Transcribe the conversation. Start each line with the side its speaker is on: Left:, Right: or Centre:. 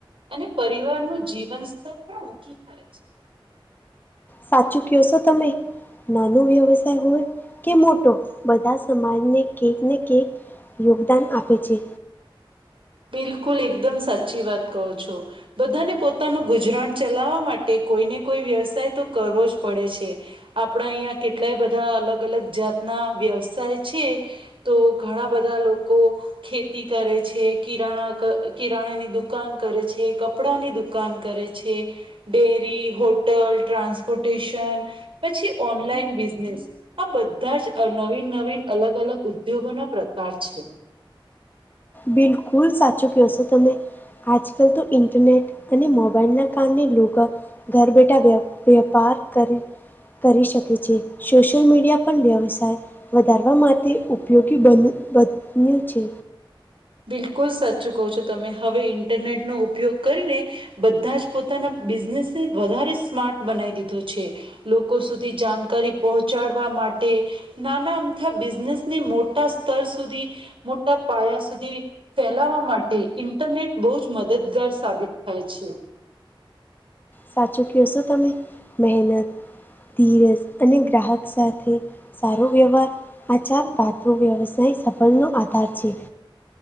Right: અને પરિવાર નું જીવન સ્તર પણ ઊંચું થાય છે.
Left: સાચું કશો તમે નાનો વ્યવસાય હોય કે મોટો બધા સમાજને કઈક ને કક યોગદાન આપે છે
Right: બિલકુલ એકદમ સાચી વાત કહું છો બધાને પોતાનું ગુજરાણ ચલાવવા માટે કોઈને કોઈ વ્યવસાય તો કરવો જ પડે છે આપણા અહીંયા કેટલાય બધા અલગ અલગ જાતના વ્યવસાય છે તો ઘણા બધા લોકો ખેતી કરે છે કિરાણા ક કિરાણાની દુકાન કરે છે કપડાંની દુકાન કરે છે ડેરી હોટલ ટ્રાન્સપોર્ટેશન પછી ઓનલાઈન બિઝનેસ આ બધા જ નવીન નવીન અલગ અલગ ઉદ્યોગો ના પ્રકાર છે
Left: બિલકુલ સાચું કહ છો તમે આજકાલ તો ઇન્ટરનેટ અને મોબાઈલના કારણે લોકો ઘર બેઠા વ વેપાર કરી કરી શકે છે સોશિયલ મીડિયા પણ વ્યવસાય વધારવા માટે ઉપયોગી બન બન્યું છે
Right: બિલકુલ સાચું કહો છો તમે હવે ઇન્ટરનેટનો ઉપયોગ કરીને બધા જ પોતાના બિઝનેસને વધારે સ્માર્ટ બનાવી દીધો છે લોકો સુધી જાણકારી પહોંચાડવા માટે નાના અમથા બિઝનેસને મોટા સ્તર સુધી મોટા પાયા સુધી ફેલાવા માટે ઇન્ટરનેટ બહુ જ મદદગાર સાબિત થાય છે
Left: સાચું કહેશો તમે મહેનત ધીરજ અને ગ્રાહક સાથે સારો વ્યવહાર આ ચાર પાત વ્યવસાય સફળનોો આધાર છે